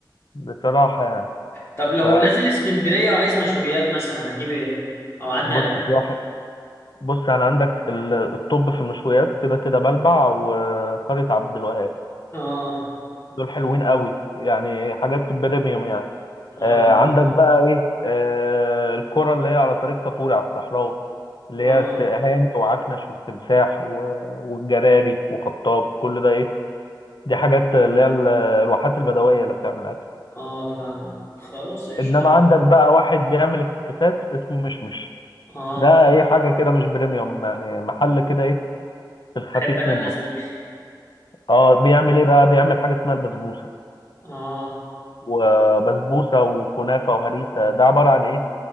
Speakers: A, on the left; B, on the left.
A: بصراحه يعني
B: طب لو
A: ف
B: نازل اسكندرية وعايز مشويات مثلا اجيب ايه او اعدي
A: بص
B: على بيت
A: في واحد بص يعني عندك ال- الطب في المشويات كده كده بلبع وقرية عبد الوهاب
B: اه
A: دول حلوين قوي يعني حاجات بريميوم يعني
B: اه
A: آه
B: عم-
A: عندك بقى ايه آه الكرة اللي هي على طريق كفوري على الصحراوي اللي
B: اه
A: هي ت- هاني وعكنش والتمساح و- والجراري وخطاب كل ده ايه دي حاجات اللي هي ال- الواحات البدوية اللي بتعمل اكل
B: اه فاهمك خلاص ايش
A: انما
B: طب
A: عندك بقى واحد بيعمل افتكاسات اسمه مشمش
B: اه
A: ده ايه حاجة كده مش بريميوم يعني محل كده ايه في الخفيف
B: احب انا
A: منه
B: الناس دي
A: اه بيعمل ايه بقى بيعمل حاجة اسمها البسبوسة
B: اه
A: وبسبوسة وكنافة وهريسة ده عبارة عن ايه